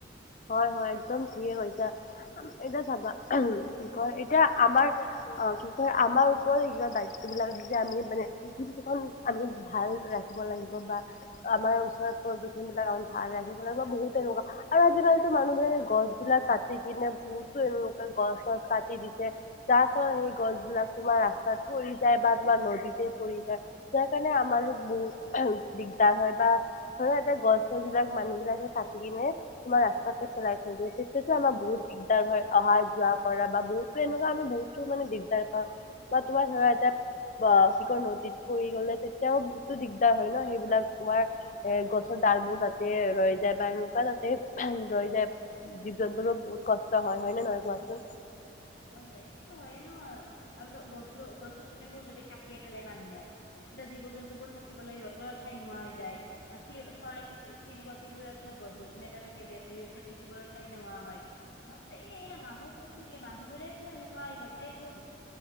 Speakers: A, on the left; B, on the left.
A: হয় হয় একদম ঠিকে কৈছা, এতিয়া চাবা কি কয় এতিয়া আমাৰ অ কি কয় আমাৰ ওপৰত এই দায়িত্ব বিলাক আছে যে আমি মানে পৃথিৱীখন আমি ভাল ৰাখিব লাগিব বা আমাৰ ওচৰৰত প্ৰদূষন বিলাক আমি ভাল ৰাখিব লাগিব বহুত তেনেকুৱা আৰু আজিকালিতো মানুহ বিলাকে গছ বিলাক কাটি কিনে বহুতো এনেকুৱা গছ-চছ কাটি দিছে যাৰ ফলত সেই গছবলাক তোমাৰ ৰাস্তাত পৰি যায় বা তোমাৰ নদীতে পৰি যায় যাৰ কাৰণে আমাৰো বহুত দিগদাৰ হয় বা <unintelligible> গছ-চছ বিলাক মানুহ বিলাকে কাটি কিনে তোমাৰ ৰাস্তাতে পেলাই থৈ দিয়ে তেতিয়াটো আমাৰ বহুত দিগদাৰ হয় অহা যোৱা কৰা বা বহুতো এনেকুৱা আমি বহুতো মানে দিগদাৰ পাওঁ। বা তোমাৰ ধৰা এতিয়া বা কি কয় নদীত পৰি গ'লে তেতিয়াও বহুতো দিগদাৰ হয় ন সেইবিলাক তোমাৰ এ গছৰ ডালবোৰ তাতে ৰৈ যায় বা এনেকুৱা তাতে ৰৈ যায় জীৱ জন্তুৰো বহুত কষ্ট হয় নে নহয় কোৱাচোন?
B: হয় হয় এইটোতো হয়য়ে ন আৰু গছটো গছ গছনিবোৰ যদি কাটিয়ে পেলাই মানুহে তেতিয়া জীৱ জন্তুবোৰ থাকিবলৈ সিহঁতৰ ঠাই নোহোৱা হৈ যায় <unintelligible> চৰাই চি-চিৰিকটিবোৰেতো গছ-গছনি থাকে যিহেতু সিহঁতে থাকিবলৈ ঠাই নোহোৱা হয়। মা এই এই <unintelligible> কৈছে কি মানুহবোৰেতো এনেকুৱা সিহঁতেইতো